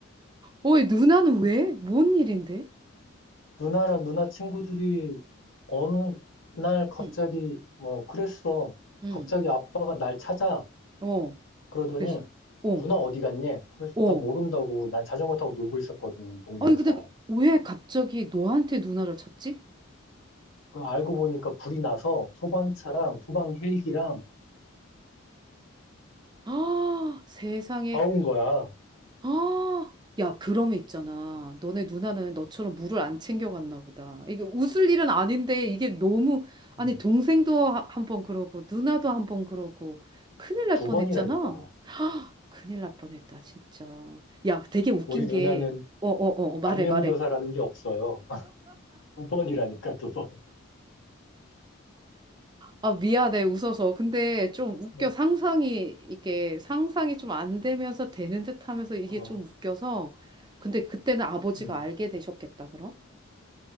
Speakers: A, on the right; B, on the left.
A: 어이, 누나는 왜? 뭔 일인데?
B: 누나랑 누나 친구들이 어느 날 갑자기,
A: 응,
B: 어, 그랬어.
A: 응,
B: 갑자기 아빠가 날 찾아.
A: 어.
B: 그러더니
A: 그래서, 어,
B: 누나 어디 갔니? 그래서
A: 어.
B: 나 모른다고 난 자전거 타고 놀고 있었거든 동네에서.
A: 아니, 근데 왜 갑자기 너한테 누나를 찾지?
B: 그 알고 보니까 불이 나서 소방차랑 소방 헬기랑
A: 아, 세상에.
B: 다 온 거야.
A: 아, 야, 그러면 있잖아. 너네 누나는 너처럼 물을 안 챙겨갔나 보다. 이게 웃을 일은 아닌데 이게 너무 아니
B: 음.
A: 동생도 하- 한번 그러고 누나도 한 번 그러고 큰일 날
B: 두
A: 뻔했잖아.
B: 번이라니까.
A: 큰일 날 뻔했다 진짜. 야, 되게 웃긴
B: 우리 누나는
A: 게 어, 어, 어, 어, 말해,
B: 반면교사라는
A: 말해.
B: 게 없어요. <laughs> 두 번이라니까 두 번.
A: 아, 미안해, 웃어서. 근데 좀 웃겨.
B: 어,
A: 상상이, 이게 상상이 좀 안 되면서 되는 듯 하면서 이게
B: 어,
A: 좀 웃겨서. 근데 그때는 아버지가
B: 음.
A: 알게 되셨겠다, 그럼?